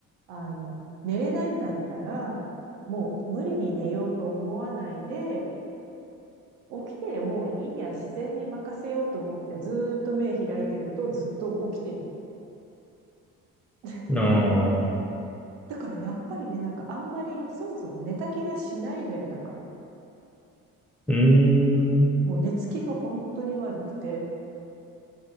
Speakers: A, on the right; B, in the centre.
A: あの、寝れないんだったら、もう無理に寝ようと思わないで、起きてりゃもういいや、自然に任せようと思ってずーっと目開いてるとずっと起きてんの。<laughs>
B: ああ。
A: だからやっぱりね、なんかあんまりそもそも寝た気がしないのよ、だから。
B: うーん、
A: もう寝つきが本当に悪くて。